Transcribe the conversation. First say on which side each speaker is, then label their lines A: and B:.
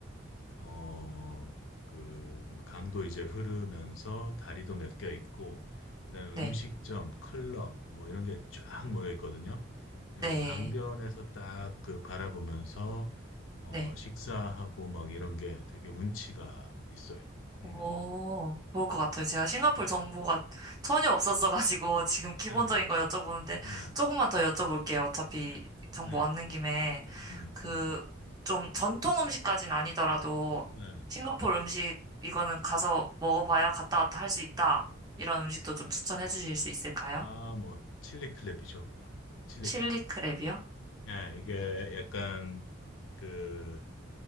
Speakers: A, on the left; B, on the right.
A: 어 그 강도 이제 흐르면서 다리도 몇 개
B: 네.
A: 있고 그다음에
B: 네.
A: 음식점, 클럽 뭐 이런 게 쫙 모여 있거든요. 그리고
B: 네.
A: 강변에서 딱 그 바라보면서 어
B: 네.
A: 식사하고 막 이런 게 되게 운치가 있어요. 음.
B: 어, 좋을 것
A: 네,
B: 같아요. 제가 싱가포르 정보가 전혀 없었어가지고 <laughs> 지금 기본적인
A: 네, 네,
B: 거 여쭤보는데
A: 네,
B: 조금만 더 여쭤볼게요. 어차피
A: 네.
B: 정보
A: 네.
B: 얻는 김에
A: 음,
B: 그
A: 음,
B: 좀 전통 음식까지는 아니더라도
A: 네.
B: 싱가포르 음식 이거는 가서 먹어봐야 갔다 왔다 할 수 있다. 이런 음식도 좀 추천해 주실 수 있을까요?
A: 아, 뭐, 칠리 클랩이죠 그건. 칠리
B: 칠리
A: 클랩
B: 크랩이요?
A: 예, 이게 약간, 그,